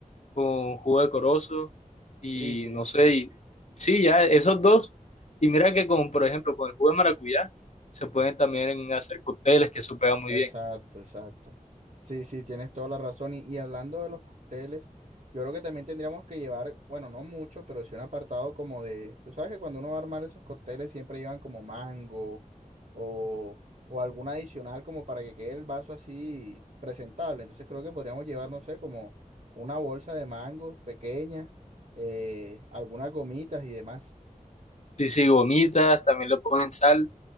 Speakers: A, on the left; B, on the right.
A: con jugo de corozo y
B: Sí, sí.
A: no sé, y, sí, ya esos dos. Y mira que con, por ejemplo, con el jugo de maracuyá se pueden también hacer cócteles, que eso pega muy
B: Exacto,
A: bien.
B: exacto. Sí, sí, tienes toda la razón. Y, y hablando de los cócteles, yo creo que también tendríamos que llevar, bueno, no mucho, pero sí un apartado como de, tú sabes que cuando uno va a armar esos cócteles siempre llevan como mango o, o algún adicional como para que quede el vaso así presentable. Entonces creo que podríamos llevar, no sé, como una bolsa de mangos pequeña, eh, algunas gomitas y demás.
A: Sí, sí, gomitas, también le ponen sal,